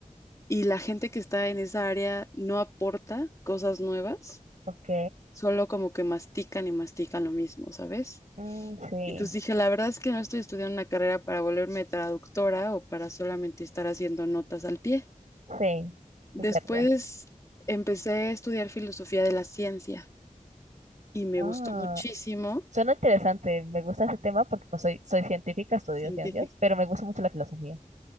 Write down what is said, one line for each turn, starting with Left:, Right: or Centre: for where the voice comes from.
Left: y la gente que está en esa área no aporta cosas nuevas,
Right: ok.
Left: solo como que mastican y mastican lo mismo, ¿sabes?
Right: Mm, sí,
Left: Entonces dije, la verdad es que no estoy estudiando una carrera para volverme traductora o para solamente estar haciendo notas al pie.
Right: sí, es
Left: Después
Right: verdad.
Left: empecé a estudiar filosofía de la ciencia y me
Right: Ah,
Left: gustó muchísimo
Right: suena interesante. Me gusta ese tema porque pues, soy, soy científica, estudio
Left: científico.
Right: ciencias, pero me gusta mucho la filosofía.